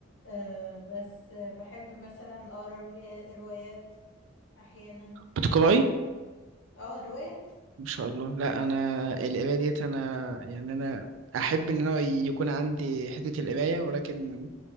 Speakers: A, on the left; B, on the right.
A: أه بس بحب مثلا اقرا روايا- روايات احيانا
B: بتقراي
A: اه آه، روايات
B: ما شاء الله لا انا القراية ديت انا يعني انا احب ان انا يكون عندي حتة القراية ولكن